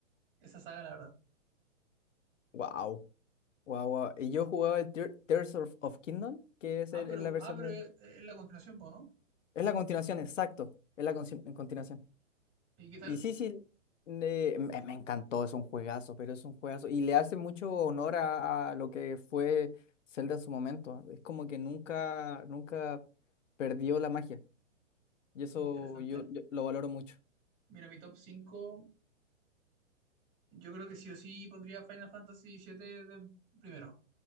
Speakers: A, on the right; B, on the left.
A: esa saga, la verdad.
B: Wow. Wow, wow. Y yo
A: Así.
B: jugaba el Tear- Tears of, of Kingdom, que es
A: Ah,
B: el-
A: pero,
B: la versión
A: ah, pero
B: de.
A: es, es la continuación, po, ¿no?
B: Es la continuación, exacto. Es la consi- en continuación.
A: ¿Y qué tal?
B: Y sí, sí. eh, me, me encantó, es un juegazo, pero es un juegazo. Y le hace mucho honor a, a lo que fue Zelda en su momento. Es como que nunca, nunca perdió la magia. Y eso
A: Mm, Interesante.
B: yo, yo lo valoro mucho.
A: Mira, mi top 5 yo creo que sí o sí pondría Final Fantasy siete de primero,